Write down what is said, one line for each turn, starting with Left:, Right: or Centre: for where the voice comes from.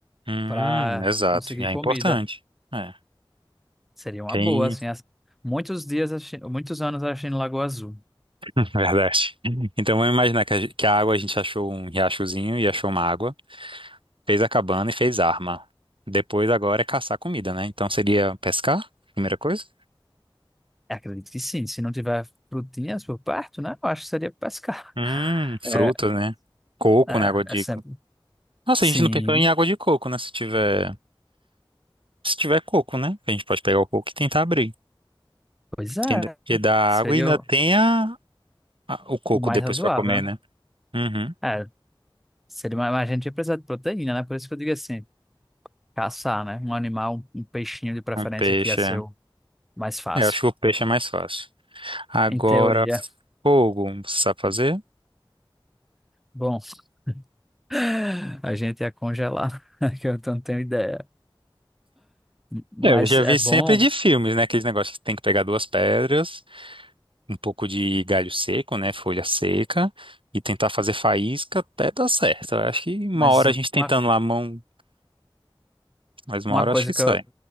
Right: Hum,
Centre: para
Right: exato.
Centre: conseguir
Right: E é importante.
Centre: comida.
Right: É.
Centre: Seria uma
Right: Quem...
Centre: boa, assim. as- Muitos dias, a Chi- muitos anos assistindo Lagoa Azul.
Right: <laughs> Verdade. Então vamos imaginar que a, ge- que a água a gente achou um riachozinho e achou uma água. fez a cabana e fez arma. Depois agora é caçar comida, né? Então seria pescar, primeira coisa.
Centre: É, Acredito que sim. Se não tiver frutinhas por perto, né? Eu acho que seria pescar.
Right: Hum,
Centre: <laughs>
Right: frutas,
Centre: É,
Right: né? Coco,
Centre: é,
Right: né? Água de...
Centre: é sempre.
Right: co- Nossa,
Centre: Sim,
Right: a gente não pensou em água de coco, né? Se tiver... Se tiver coco, né? A gente pode pegar o coco e tentar abrir.
Centre: pois é.
Right: Tem- Porque dá
Centre: Seria
Right: água e ainda
Centre: o,
Right: tem a... a- o coco
Centre: o mais
Right: depois
Centre: razoável,
Right: pra comer,
Centre: né?
Right: né? Uhum.
Centre: É, seria mais, a gente ia precisar de proteína, né? Por isso que eu digo assim, caçar, né? Um animal, um, um peixinho de preferência
Right: Um peixe,
Centre: que ia ser
Right: é.
Centre: o mais fácil.
Right: É, Eu acho que o peixe é mais fácil. Agora,
Centre: Em teoria,
Right: fogo, você sabe fazer?
Centre: bom, <laughs> a gente ia congelar, <laughs> que eu não tenho ideia. Mas
Right: É, eu já
Centre: é
Right: vi
Centre: bom.
Right: sempre de filmes, né? Aqueles negócios que tem que pegar duas pedras um pouco de galho seco, né? Folha seca. E tentar fazer faísca até dar certo. Eu Acho que uma
Centre: Mas
Right: hora
Centre: um,
Right: a gente tentando
Centre: uma,
Right: lá a mão, mas uma
Centre: uma
Right: hora
Centre: coisa
Right: eu acho que sai.
Centre: que eu, que